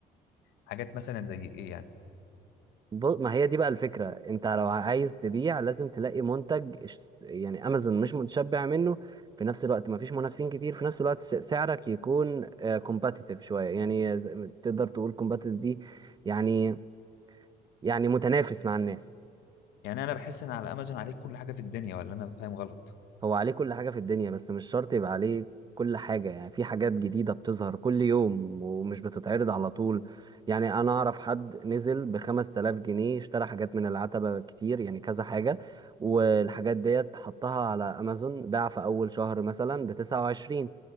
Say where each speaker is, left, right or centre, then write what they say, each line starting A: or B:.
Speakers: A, on the left (about 80°); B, on the right (about 25°).
A: حاجات مثلا زي إيه يعني؟
B: ب- ما هي دي بقى الفكرة انت لو عايز تبيع لازم تلاقي منتج ش- يعني امازون مش متشبع منه في نفس الوقت ما فيش منافسين كتير في نفس الوقت س- سعرك يكون كومباتيتيف شوية يعني ز- تقدر تقول كومباتيتيف دي يعني يعني متنافس مع الناس
A: يعني انا بحس ان على امازون عليك كل حاجه في الدنيا ولا انا فاهم غلط
B: هو عليه كل حاجة في الدنيا بس مش شرط يبقى عليه كل حاجة يعني في حاجات جديدة بتظهر كل يوم ومش بتتعرض على طول يعني أنا أعرف حد نزل بخمس تلاف جنيه اشترى حاجات من العتبة كتير يعني كذا حاجة والحاجات ديت حطها على أمازون باع في أول شهر مثلا بتسعة وعشرين